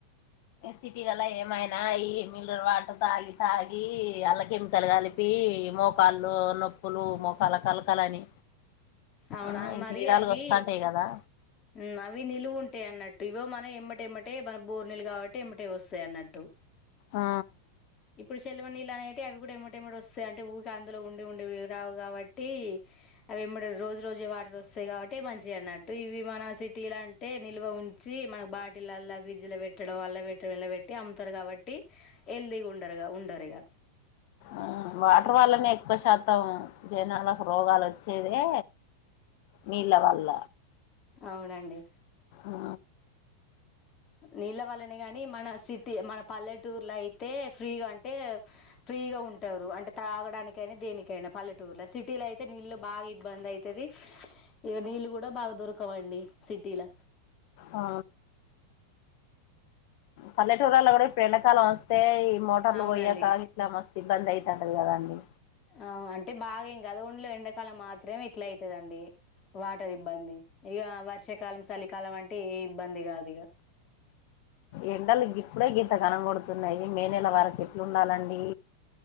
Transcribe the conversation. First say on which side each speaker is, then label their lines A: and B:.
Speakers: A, on the left; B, on the left.
A: ఎ సిటీలలా ఏమైనా ఈ మినరల్ వాటర్ తాగి తాగి అలా కెమికల్ కలిపి మోకాళ్ళు నొప్పులు మోకాలు కలకలని
B: అవునా
A: ఆ ఇన్ని
B: మరి
A: విధాలుగా
B: అవి
A: వస్తాంటాయి కదా
B: ఉమ్ అవి నిలువు ఉంటాయి అన్నట్టు ఇవో మనం ఎమ్మటెమ్మటే మన బోర్నీలు కాబట్టి ఎంబేట్ వస్తాయి అన్నట్టు
A: ఆ
B: ఇప్పుడు సేలవ నీళ్ళు అనే అవి కూడా ఇంబటెమ్మటే వస్తాయి అంటే ఊకే అందులో ఉండి ఉండివి రావు కాబట్టి అవి ఎంబడే రోజు రోజు వాటర్ వస్తాయి కాబట్టి మంచిగా అన్నట్టు ఇవి మన సిటీ అంటే నిల్వ ఉంచి మన బాటిల్ అ ఫ్రిడ్జ్ లో పెట్టడం అల్ల పెట్టడం ఇలా పెట్టి అమ్ముతారు కాబట్టి హెల్దీగా ఉండరుగా ఉండరు ఇగా
A: ఆ వాటర్ వల్లనే ఎక్కువ శాతం జనాలకు రోగాలు వచ్చేదే నీళ్ల వళ్ళ
B: అవునండి
A: ఆ
B: నీళ్ళవల్లని గాని మన సిటీ మన పల్లెటూరులో అయితే ఫ్రీగా అంటే ఫీ ఫ్రీగా ఉంటారు అంటే త్రాగడానికైనా దేనికైనా పల్లెటూరుల సిటీలో అయితే నీళ్ళు బాగా ఇబ్బంది అయితది. ఇక నీళ్ళు కూడా బాగా దొరకవండి సిటీలా
A: ఆ పల్లెటూరుల్లో కూడా ఇప్పుడు ఎండాకాలం వస్తే ఈ మోటార్లు
B: అవునండి
A: పోయాక ఇట్లా మస్తు ఇబ్బంది అయితాంటది కదండి
B: ఆ అంటే బాగా ఏం కాదు ఓన్లీ ఎండకాలం మాత్రమే ఇట్లా అయితదండి వాటర్ ఇబ్బంది ఇక వర్షాకాలం చలికాలం అంటే ఏ ఇబ్బంది కాదు ఇక
A: ఎండలు ఇప్పుడే గీంత గాన కొొడుతున్నాయి మే నెల వరకు ఎట్ల ఉండాలండి